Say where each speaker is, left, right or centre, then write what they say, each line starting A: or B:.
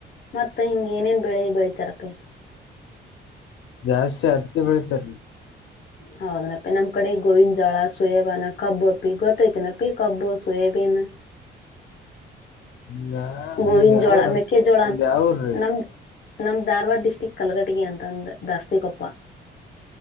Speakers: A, on the left; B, on the left.
A: ಮತ್ತ ಹಿಂಗ ಏನೇನ್ ಬೆಳಿ ಬೆಳತಾರ ಅಪ್ಪಿ
B: ಜಾಸ್ತಿ ಹತ್ತಿ ಬೆಳಿತಾ ರಿ
A: ಹೌದನಪ್ಪಿ ನಮ್ ಕಡೆ ಗೋವಿನ ಜೋಳ ಸೋಯೇಬಾನ ಕಬ್ಬು ಅಪ್ಪಿ ಗೊತ್ತೈತಿನಪ್ಪಿ ಕಬ್ಬು ಸೋಯೇಬೀನ್ ಹ್
B: ಈಗ
A: ಗೋವಿನ
B: ನಿಮ್ದ್
A: ಜೋಳ
B: ಯಾವ್ರ
A: ಮೆಕ್ಕೆ ಜೋಳ
B: ನಿಮ್ದ್ ಯಾವ್ರಿ
A: ನಮ್ಮ <inaudible> ನಮ್ಮ ಧಾರವಾಡ ಡಿಸ್ಟ್ರಿಕ್ ಕಲಘಟಗಿ ಅಂತಂದು ದಾಸ್ತಿಕೊಪ್ಪ